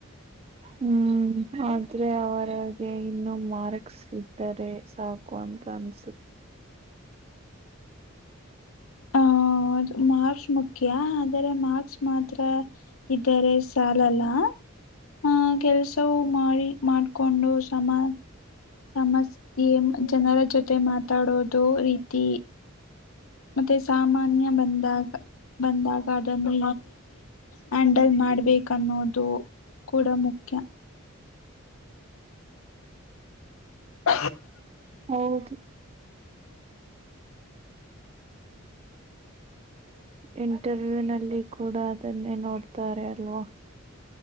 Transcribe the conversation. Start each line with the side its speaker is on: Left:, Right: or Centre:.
Right: ಹ್ಮ್ ಆದ್ರೆ ಅವರಗೆ ಇನ್ನು ಮಾರ್ಕ್ಸ್ ಇದ್ದಾರೆ ಸಾಕು ಅಂತ ಸ
Left: ಆ ಮಾರ್ಕ್ಸ್ ಮುಖ್ಯ ಆದರೆ ಮಾರ್ಕ್ಸ್ ಮಾತ್ರ ಇದ್ದರೆ ಸಾಲಲ್ಲ ಆಹ ಕೆಲ್ಸವು ಮಾಡಿ ಮಾಡ್ಕೊಂಡು ಸಮ ಸಮಸ್ ಜನರ ಜೊತೆ ಮಾತಾಡೋದು ರೀತಿ ಮತ್ತೆ ಸಾಮಾನ್ಯ ಬಂದಾಗ ಬಂದಾಗ ಅದನ್ನು ಹ್ಯಾಂಡಲ್ ಮಾಡ್ಬೇಕನ್ನೋದು ಕೂಡ ಮುಖ್ಯ ಹ
Right: ಹೌದು ಇಂಟರ್ವ್ಯೂ ನಲ್ಲಿ ಕೂಡ ಅದನ್ನೇ ನೋಡ್ತಾರೆ ಅಲ್ವಾ